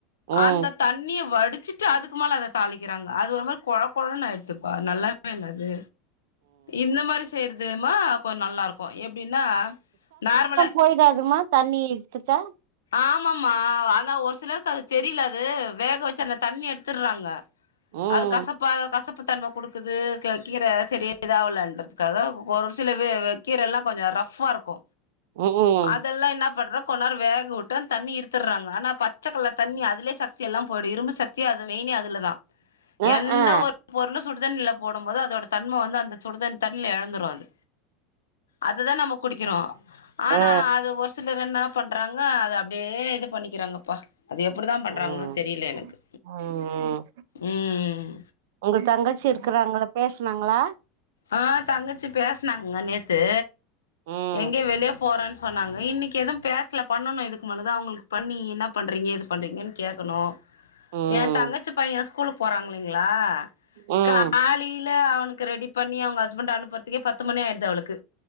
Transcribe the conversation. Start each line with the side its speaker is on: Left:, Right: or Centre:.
Right: ம்
Left: அந்த
Right: ம்
Left: தண்ணிய வடிச்சுட்டு அதுக்கு மேல அத தாளிக்கெறாங்க அது ஒரு மாரி கொழ கொழன்னு ஆயிடுத்துப்பா நல்லாவே இல்ல அது இந்த மாரி செய்றதுமா கொஞ்சோ நல்லா இருக்கு எப்டினா நார்மல
Right: போய்டாதுமா தண்ணிய எடுத்துட்டெ
Left: ஆமாமா அதா ஒரு சிலர்க்கு அது தெரில அது வேக வெச்சு அந்த தண்ணி எடுத்துற்றாங்க
Right: ம்
Left: அது கசப்பா கசப்பு தன்ம குடுக்குது க கீர செரியா இதாகலன்றது க்கல ஒரு சில வெ கீர எல்லா கொஞ்சோ ரஃப்பா இருக்கு
Right: ம்
Left: அதெல்லா என்ன பண்றோ கொநேர் வேக வுட்டா தண்ணி இருத்தற்றாங்க ஆனா பச்ச கலர் தண்ணி அ துலயே சக்தி எல்லா போய்டு இரும்பு சக்தி அது மெயின்னே அதுல தா
Right: ஆ
Left: எந்த
Right: ஆ
Left: ஒரு பொருளு சுடுதண்ணில போடும் போது அதோட தன்ம வந்து அந்த சுடுத தண்ணில எழந்துரு அது அதுதா நம்ம குடிக்கறோ ஆனா
Right: ஆ
Left: அது ஒரு சிலர் என்ன பண்றாங்க து அப்டியே இது பண்ணிக்கெறாங்கப்பா அது எப்டித்தா பண்றாங்களோ
Right: ம்
Left: தெரில எனக்கு
Right: ம்
Left: ம்
Right: உங்க தங்கச்சி இருக்குறாங்கள பேச்னாங்களா
Left: ஆ தங்கச்சி பேஸ்னாங்க நேத்து
Right: ம்
Left: எங்க்யோ வெளிய போறேன்னு சொன்னாங்க இன்னெக்கி எதும் பேசல பண்ணணு இது மனதா அவ்ங்களுக்கு பண்ணி என்ன பண்றீங்க ஏது பண்றீங்கன்னு கேக்கணு
Right: ம்
Left: ஏ தங்கச்சி பையன் ஸ்கூலுக்கு போறாங்களீங்களா
Right: ம்
Left: காலில அவனுக்கு ரெடி பண்ணி அவ்ங்க ஹஸ்பண்ட அனுப்புறதுக்கே பத்து மணி ஆய்டுது அவுளுக்கு